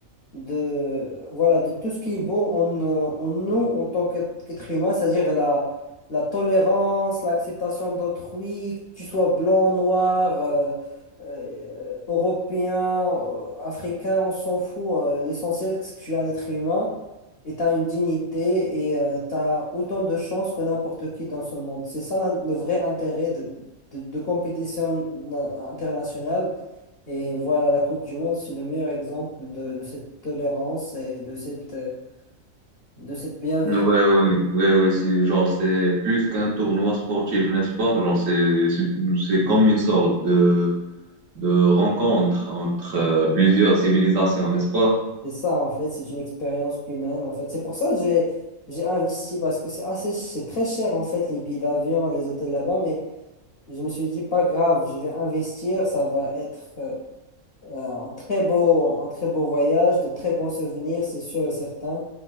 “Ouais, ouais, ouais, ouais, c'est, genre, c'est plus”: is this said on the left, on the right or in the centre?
Right